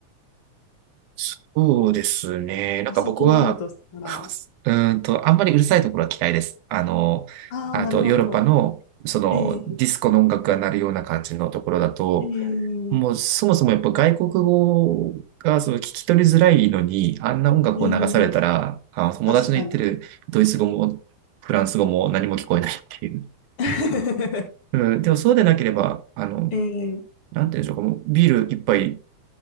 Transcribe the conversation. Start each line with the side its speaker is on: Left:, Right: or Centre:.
Right: そうですね。なんか僕は、
Left: お酒飲むとしたら。
Right: <laughs> うーんと、あんまりうるさいところは嫌いです。あの、
Left: ああ、
Right: あとヨーロッパの、
Left: なるほど。
Right: そのディスコの音楽が鳴るような感じのところだと、
Left: ええ、ええ、
Right: もうそもそもやっぱ外国語がその聞き取りづらいのに、あんな音楽を流されたら、
Left: ええ、
Right: あ、友達の言ってるドイツ語もフランス語も何も聞こえないっていう。
Left: 確かに。<laughs>
Right: うん、でもそうでなければ、あの、
Left: ええ、
Right: なんていうんでしょうか、もうビール一杯